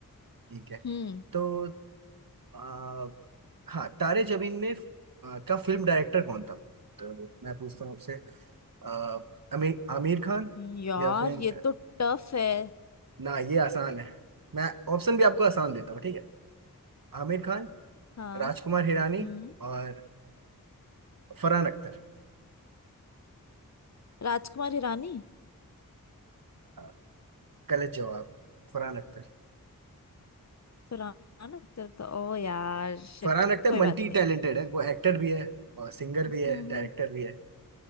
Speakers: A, on the right (about 70°); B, on the left (about 50°).
A: ठीक है
B: हम्म
A: तो आ, हाँ तारे जमीन में आ, का फिल्म डायरेक्टर कौन था तो मैं पूछता हूँ आपसे आ, आमिर आमिर खान
B: यार
A: या फिर
B: ये तो टफ है
A: ना ये आसान है मैं ऑप्शन भी आपको आसान देता हूँ ठीक है आमिर खान
B: हाँ
A: राजकुमार हिरानी
B: हम्म
A: और फरहान अख्तर
B: राजकुमार हिरानी
A: हाँ, गलत जवाब फरहान अख्तर
B: पुराना लगता था ओ यार शिट
A: फरहान अख्तर
B: कोई
A: मल्टी
B: बात नहीं
A: टैलेंटेड है वो एक्टर भी है और सिंगर
B: हम्म
A: भी है डायरेक्टर
B: हम्म,
A: भी है